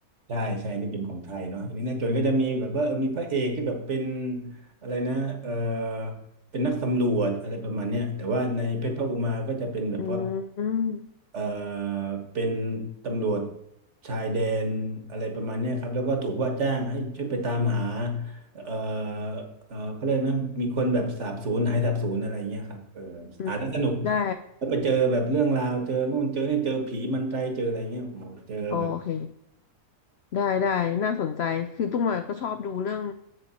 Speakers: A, on the right; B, on the left.
A: ใช่ใช่นี่เป็นของไทยเนาะอินเดียนาโจนก็จะมีแบบว่าเออมีพระเอกที่แบบเป็นอะไรนะเออเป็นนักสำรวจอะไรประมาณเนี้ยแต่ว่าในเพชรพระอุมาก็จะเป็นแบบว่า
B: อืม
A: เออเป็นตำรวจชายแดนอะไรประมาณเนี้ยครับแล้วก็ถูกว่าจ้างให้ช่วยไปตามหาเออเออเขาเรียกนะมีคนแบบสาบสูญหายสาบสูญอะไรเงี้ยครับเอออ่านแล้วสนุก
B: อืมได้
A: แล้วไปเจอแบบเรื่องราวเจอนู่นเจอนี่เจอผีมันไตรเจออะไรเงี้ยโอ้โหเจอแบบ
B: โอเคได้ได้น่าสนใจคือตุ้มมาก็ชอบดูเรื่อง